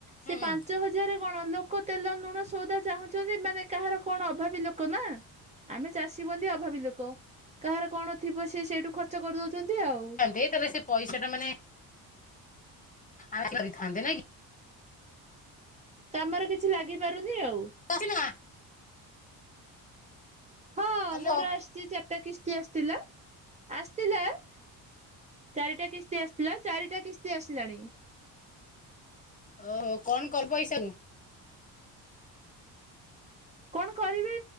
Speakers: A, on the right (about 20°); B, on the left (about 20°).
A: ସେ
B: ହୁଁଥାନ୍ତେ
A: ପାଞ୍ଚ ହଜାର ପଜାରେ କଣ ଲୋକ ତେଲ, ଲୁଣ ସଉଦା ଚାହୁଁଛନ୍ତି ମାନେ କାହାର କଣ ଅଭାବୀ ଲୋକ ନା। ଆମେ ଚାଷୀ ବନ୍ଦୀ ଅଭାବୀ ଲୋକ କାହାର କଣ ଥିବ ସେ ସେଇଠୁ ଖର୍ଚ୍ଚ କରିଦଉଛନ୍ତି ଆଉ।
B: ତାହେଲେ ସେ ପଇସାଟା ମାନେ ଆମେ କରିଥାନ୍ତେ ନାଇଁକି?
A: କାମରେ କିଛି ଲାଗିପାରୁନି ଆଉ।
B: କଖ ନ <inaudible>
A: ହଁ
B: ହ୍ୟାଲୋ
A: ମୋର ଆସିଛି ଚାରିଟା କିସ୍ତି ଆସିଥିଲା ଆସିଥିଲା। ଚାରିଟା କିସ୍ତି ଆସିଥିଲା ଚାରିଟା କିସ୍ତି ଆସିଲାଣି।
B: ଓହୋ କଣ କରିବ ପଇସାକୁୁ?
A: କଣ କରିବି